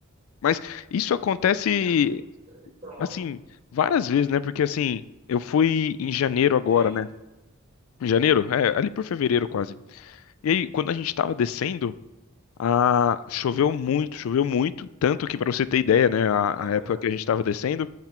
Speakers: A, on the left; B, on the right.
A: Mas isso acontece,
B: É, mas foi foi naquele lá.
A: assim, várias vezes, né? Porque, assim, eu fui em janeiro agora,
B: Sim.
A: né? Em janeiro? É, ali por fevereiro quase. E aí, quando a gente tava descendo. Ah, choveu muito, choveu muito, tanto que para você ter ideia, né, a,
B: aham.
A: a época que a gente estava descendo,